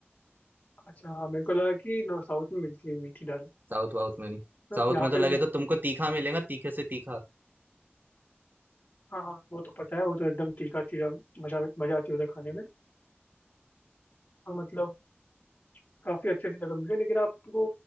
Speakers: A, on the left; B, on the right.
A: अच्छा हाँ मेरे को लगा कि नो साउथ में मिलती है मीठी दाल
B: साउथ वाउथ में नहीं
A: तो
B: साउथ
A: यहाँ
B: में तो
A: पे
B: लगे
A: भी
B: तो तुमको तीखा मिलेगा तीखे से तीखा
A: हाँ हाँ वो तो पता है वो तो एकदम तीखा तीखा मजा मजा आती है उधर खाने में तो मतलब काफी अच्छी अच्छी जगह मिल गई लेकिन आपको